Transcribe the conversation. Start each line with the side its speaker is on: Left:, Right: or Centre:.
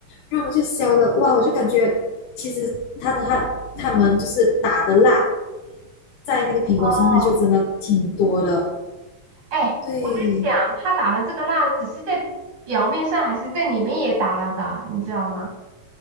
Left: 然后我们就削了，哇，我就感觉其实他的他他们就是打的蜡在那个苹果上面就真的挺多的，
Right: 哦，哎，
Left: 对
Right: 我在想，他打了这个蜡，只是在表面上，还是在里面也打了的，你知道吗？